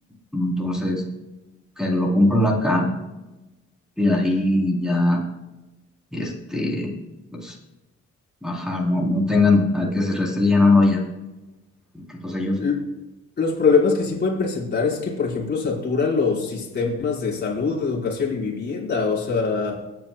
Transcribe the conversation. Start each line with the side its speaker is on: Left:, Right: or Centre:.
Centre: mm, entonces que lo compren acá y así ya, este, pues, ajá, no, no tengan a que se le esté llenando allá, que pues ellos,
Left: L- Los problemas que sí pueden presentar es que, por ejemplo, satura los sistemas de salud, educación y vivienda, o sea,